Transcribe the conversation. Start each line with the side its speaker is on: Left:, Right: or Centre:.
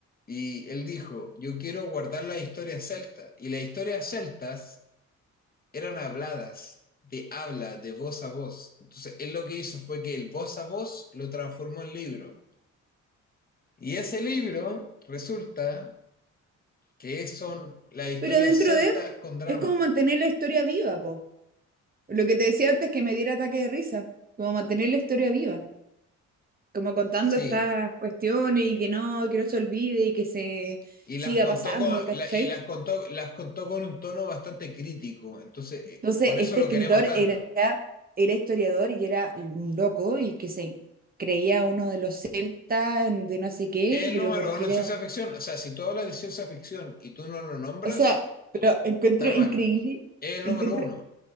Left: Y él dijo, yo quiero guardar las historias celtas. Y las historias celtas eran habladas, de habla, de voz a voz. Entonces, él lo que hizo fue que el voz a voz lo transformó en libro. Y ese libro resulta que son las historias
Right: Pero dentro
Left: celtas
Right: de,
Left: con drama.
Right: es como mantener la historia viva, po. Lo que te decía antes que me diera ataque de risa. Como mantener la historia viva. Como contando
Left: Sí,
Right: estas cuestiones y que no, que no se olvide y que se
Left: y
Right: siga
Left: las contó
Right: pasando,
Left: con,
Right: ¿cachai?
Left: la- y las contó, las contó con un tono bastante crítico. Entonces, eh,
Right: Entonces,
Left: por eso
Right: este
Left: lo
Right: escritor
Left: queremos tanto.
Right: era, era historiador y era un loco y que se creía uno de los celtas de no sé qué,
Left: Es el
Right: pero
Left: número
Right: porque
Left: uno en ciencia
Right: era...
Left: ficción. O sea, si tú hablas de ciencia ficción y tú no lo nombras,
Right: O sea, pero encuentro
Left: está mal.
Right: increíble,
Left: Es el
Right: encuentro,
Left: número uno.